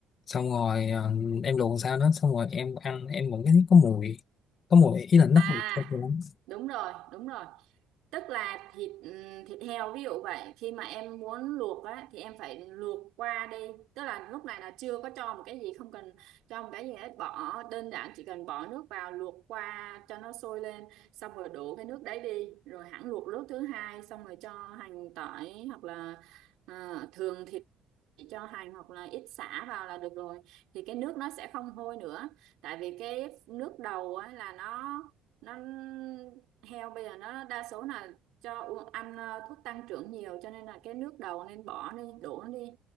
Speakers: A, on the left; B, on the right.
A: xong rồi ờ, em luộc làm sao đó xong rồi em ăn em vẫn thấy có mùi có mùi ý là nó
B: à
A: không không lắm
B: đúng rồi đúng rồi tức là thịt ừm, thịt heo ví dụ vậy khi mà em muốn luộc á thì em phải luộc qua đi tức là lúc này là chưa có cho một cái gì không cần cho một cái gì hết bỏ đơn giản chỉ cần bỏ nước vào luộc qua cho nó sôi lên xong rồi đổ cái nước đấy đi rồi hẳn luộc nước thứ hai xong rồi cho hành tỏi hoặc là ờ, thường thì chỉ cho hành hoặc là ít sả vào là được rồi thì cái nước nó sẽ không hôi nữa tại vì cái nước đầu á, là nó nó heo bây giờ nó đa số là cho u- ăn ờ, thuốc tăng trưởng nhiều cho nên là cái nước đầu nên bỏ đi đổ nó đi